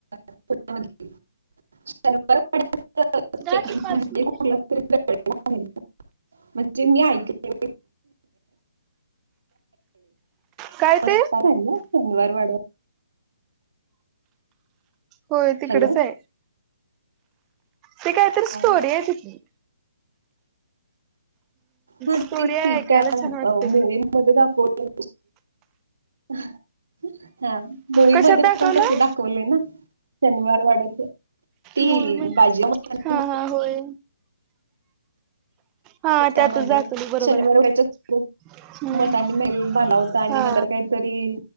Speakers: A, on the right; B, on the right.
A: <unintelligible>
B: दात
A: ते
B: पाच
A: म्हणजे
B: मिनिटं.
A: कुठला <unintelligible> म्हणजे मी ऐकल
B: काय ते
A: <unintelligible> शनिवार वाड्या
B: होय तिकडच
A: हॅलो
B: आहे. ती काहीतरी
A: हा
B: स्टोरी आहे तिथली.
A: हा तेच
B: स्टोरी आहे
A: कि
B: ऐकायला
A: त्या मुव्ही
B: छान वाटते
A: मध्ये दाखव ल <unintelligible> हा हा मूवी
B: कशात
A: मध्ये
B: दाखवलाय
A: पण तस दाखवलं ना शनिवार वाड्याचं. ती
B: म म
A: बाजी मस्तानी
B: हा हा होय. हा
A: त्याच्यामध्ये
B: त्या आता जातील बरोबर
A: शनिवार
B: आहे.
A: वाड्याच्या
B: हम्म
A: मसानी मेल बनवता आणि
B: हा
A: नंतर काही तरी